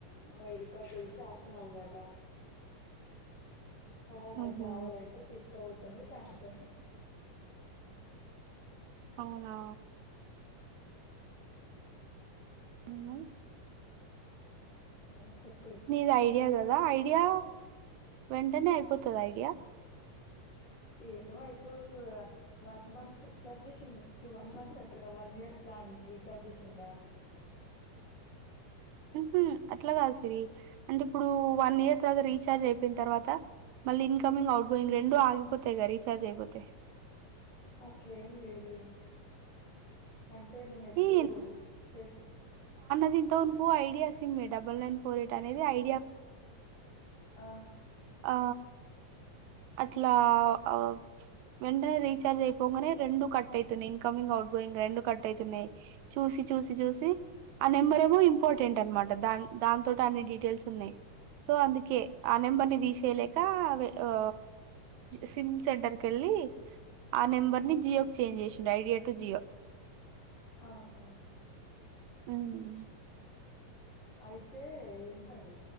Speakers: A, on the left; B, on the right.
A: ఆమె రికార్డ్ చేసి రాస్తున్నా అనమాట. అ ఆమెకు
B: ఉహు
A: కావాలంటే తీసుకుపోత్. కొని ట్యాంక్స్ అని.
B: అవునా. ఉహు.
A: ఆ చెప్.
B: నీది ఐడియా కదా ఐడియా వెంటనే అయిపో పోతద ఐడియా.
A: ఏమ్ అయిపోదు వన్ మంత్ రిచార్జ చేసిడ్ చి వన్ మంత్ అంటున్న వన్ ఇయర్ ప్లాన్ రీచార్జ్ చేసిండా
B: హ్మ్ హ్మ్ అట్లా కాదు సిరి అంటే ఇప్పుడు వన్ ఇయర్ తర్వాత రీచార్జ్ అయిపోయిన తర్వాత మళ్ళీ ఇంకా. కమింగ్ ఔట్గోయింగ్ రెండు ఆగిపోతాయి కదా రిచా. త్య చెయ్యకపోతే
A: అట్లేం లేదే అంటే నేను ఎప్పుడు
B: ఈ
A: చేస్
B: దే ఇంత మునుపు idea SIM double nine four eight అనేది ఐ
A: ఆ
B: ఆ అట్లా <unintelligible> వెంటనే రీచార్జ్ అయిపోంగనే రెండు కట్ ట్ అయితున్నాయి ఇన్కమింగ్ ఔట్ గోయింగ్ రెండు కట్ ట్టయితున్నాయి చూసి చూసి చూసి ఆ నెంబర్ ఏమో ఇంపార్టెంట్ అన్నమాట దాన్ దానితోటి అన్ని డీటెయిల్స్ ఉన్నాయి సో అంద్ కే ఆ నెంబర్నీ తీసేయలే ఇంకా ఆ సిమ్ సెంటర్ కెళ్ళి ఆ నెంబర్ ని జియోకు చేంజ్ చేసిండు ఐడియా టు జియో.
A: ఆహా
B: హ్మ్
A: అయితే ఎందది